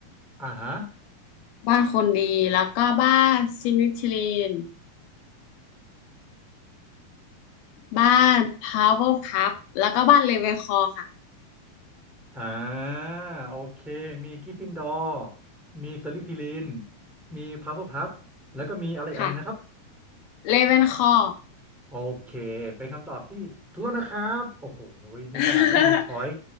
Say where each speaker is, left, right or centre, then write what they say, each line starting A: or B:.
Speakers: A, in the centre; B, on the left (about 85°).
A: อ่าฮะ
B: บ้านคนดีแล้วก็บ้านซินิทิลีนบ้านพาวเวอร์พับแล้วก็บ้านเลเวนคลอว์ค่ะ
A: อ่าโอเคมีกริฟฟินดอร์มีสลิธีรินมีพัฟเฟิลพัฟแล้วก็มีอะไรอีกอันหนึ่งนะครับ
B: ค่ะเลเวนคลอว์
A: โอเคเป็นคำตอบที่ถูกต้องนะครับโอ้โหนี่ขนาดไม่มีช้อย
B: <laughs>